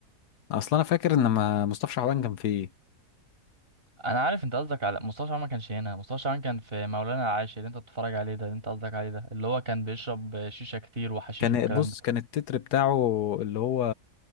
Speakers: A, on the left; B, on the right.
A: اصل انا فاكر ان ما مصطفى شعبان كان فيه
B: انا عارف انت قصدك على مصطفى شعبان ما كانش هنا مصطفى شعبان كان في مولانا العاشر اللي انت بتتفرج عليه ده اللي انت قصدك عليه ده اللي هو كان بيشرب شيشة كتير وحشيش
A: كان
B: والكلام
A: بص
B: ده
A: كان التتر بتاعه اللي هو